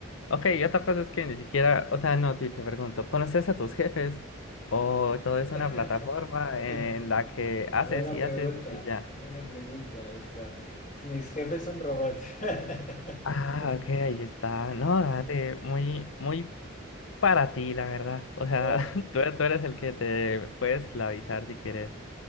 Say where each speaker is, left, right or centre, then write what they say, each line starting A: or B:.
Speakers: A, on the left; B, on the left.
A: Ok, y otra cosa es que ni siquiera, o sea, no, si te pregunto, ¿conoces a tus jefes? ¿O todo es
B: <laughs>
A: una plataforma en la que
B: Buena
A: haces y
B: pregunta,
A: haces y ya?
B: buena pregunta esta. Mis jefes son robots. <laughs>
A: Ah, ok, ahí está. No, dale, muy, muy para ti, la verdad. O sea,
B: Bueno.
A: <laughs> tú, tú eres el que te puede esclavizar si quieres.